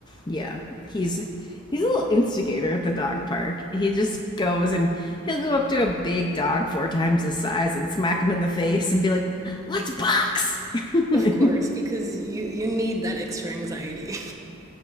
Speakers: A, on the left (about 20°); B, on the right (about 15°).
A: yeah, he's he's a little instigator at the dog park. He just goes and he'll go up to a big dog four times his size and smack him in the face and be like, "Let's box." <laughs>
B: Of course, because you you need that extra anxiety. <laughs>